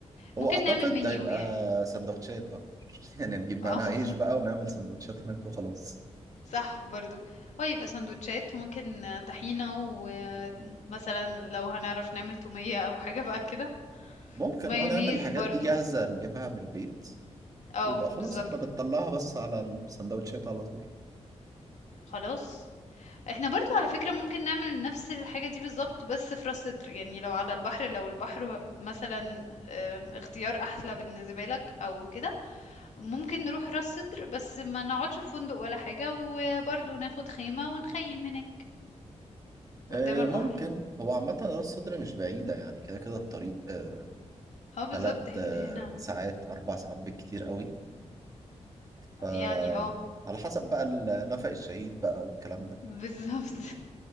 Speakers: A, on the left; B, on the right.
A: ممكن
B: هو اعتقد
A: نعمل منيو
B: هيبقى
A: يعني
B: سندوتشات اكتر <laughs> يعني نجيب
A: اه
B: معانا عيش
A: <laughs>
B: بقى ونعمل سندوتشات هناك وخلاص
A: صح برضو هو يبقى سندوتشات ممكن طحينة ومثلا لو هنعرف نعمل تومية او حاجة بقى كده
B: ممكن
A: مايونيز
B: اه نعمل الحاجات
A: برضو
B: دي جاهزة نجيبها من البيت
A: اه
B: ويبقى خلاص
A: بالظبط
B: احنا بنطلعها بس على السندوتشات على طول
A: خلاص، إحنا برضه على فكرة ممكن نعمل نفس الحاجة دي بالضبط بس في راس سدر، يعني لو على البحر لو البحر مثلًا آمم، اختيار أحلى بالنسبة لك أو كده، ممكن نروح راس سدر بس ما نقعدش في فندق ولا حاجة، وبرضه ناخد خيمة ونخيم هناك
B: آه،
A: قدام البحر.
B: ممكن هو عامة راس صدر مش بعيدة يعني كده كده الطريق آه،
A: آه بالضبط،
B: تلات
A: هي
B: آه،
A: من هنا م
B: ساعات أربع ساعات بالكتير قوي ف
A: يعني آه،
B: على حسب بقى ال- نفق الشهيد بقى والكلام ده
A: بالضبط